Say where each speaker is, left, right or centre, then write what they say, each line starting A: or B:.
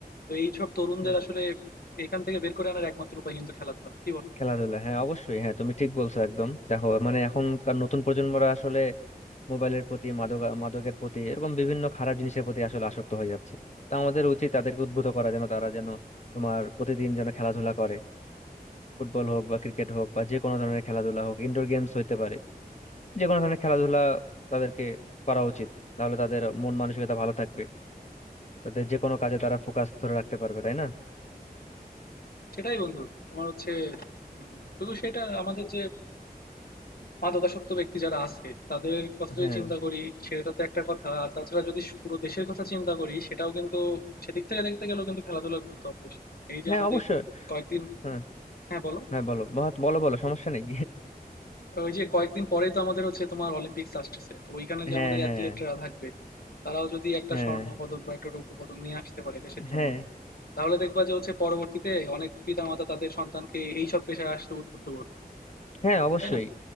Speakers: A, on the left (about 70°); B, on the left (about 45°).
A: তো এই সব তরুণদের
B: হ্যাঁ,
A: আসলে এখান থেকে বের করে আনার একমাত্র উপায় কিন্তু খেলাধুলা কি বলো
B: খেলাধুলা হ্যাঁ অবশ্যই হ্যাঁ তুমি ঠিক বলছো একদম দেখো মানে এখনকার নতুন প্রজন্মরা আসলে মোবাইলের প্রতি মাদক মাদকের প্রতি এরকম বিভিন্ন খারাপ জিনিসের প্রতি আসলে আসক্ত হয়ে যাচ্ছে তো আমাদের উচিত তাদেরকে উদ্বুদ্ধ করা যেন তারা যেন তোমার প্রতিদিন যেন খেলাধুলা করে ফুটবল হোক বা ক্রিকেট হোক বা যে কোনো ধরনের খেলাধুলা হোক ইনডোর গেমস হইতে পারে যে কোনো ধরনের খেলাধুলা তাদেরকে করা উচিত তাহলে তাদের মন মানসিকতা ভালো থাকবে তাদের যে কোনো কাজে তারা ফোকাস ধরে রাখতে পারবে তাই না
A: সেটাই বন্ধু তোমার হচ্ছে উম, শুধু সেটা আমাদের যে মাদকাসক্ত ব্যক্তি যারা আছে তাদের কথা যদি
B: হ্যাঁ
A: চিন্তা করি সেটা তো একটা কথা আর তাছাড়া যদি পুরো দেশের কথা চিন্তা করি সেটাও কিন্তু সেদিক থেকে দেখতে গেলেও কিন্তু খেলাধুলার গুরুত্ব অপরিসীম এই যে
B: হ্যাঁ
A: আমাদের
B: অবশ্যই
A: কয়েকদিন
B: হ্যাঁ
A: হ্যাঁ বলো
B: হ্যাঁ বলো মহৎ বলো বলো সমস্যা নেই
A: ওই যে কয়েকদিন পরেই তো আমাদের হচ্ছে তোমার অলিম্পিক্স আসতেছে তো ওইখানে যে
B: হ্যাঁ
A: আমাদের অ্যাথলেটরা
B: হ্যাঁ
A: থাকবে তারাও যদি একটা
B: হ্যাঁ
A: স্বর্ণ পদক বা একটা রৌপ্য পদক নিয়ে আসতে পারে দেশের জন্য
B: হ্যাঁ
A: তাহলে দেখবা যে হচ্ছে পরবর্তীতে অনেক পিতামাতা তাদের সন্তানকে এই সব পেশায় আসতে উদ্বুদ্ধ করবে
B: হ্যাঁ অবশ্যই
A: তাই না